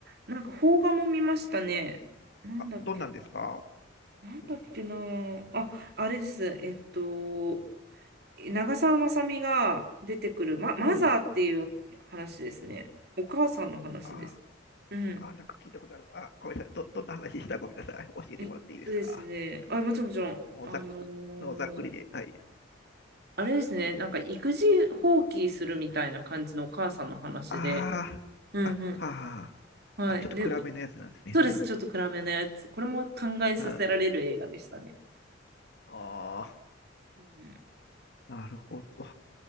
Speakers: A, on the right (about 55°); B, on the left (about 60°).
A: なんか邦画も見ましたね。なんだっけな。
B: あ、どんなんですか
A: なんだっけな。
B: うん。
A: あ、あれです。えっと、長澤まさみが出てくる、ま、マザーっていう話ですね。
B: うん
A: お母さんの話です。
B: あ
A: うん。
B: あなんか聞いたことある。あ、ごめんなさい。ど、どんな話でしたごめんなさい。教えてもらっていいですか
A: えっとですね。あ、もちろんもちろん。
B: もうざっ、
A: あの
B: もうざっくりで。
A: ー
B: はい。
A: あれですね。なんか育児放棄するみたいな感じのお母さんの話で。
B: ああ、
A: うんうん
B: あ、は
A: うん。はい。
B: あ、あ、ちょっと暗めのやつなんですね。
A: で、そうです。
B: は
A: ちょっと暗めのやつ。これも考えさせられる映画でしたね。
B: ああ、あ
A: うん
B: なるほど。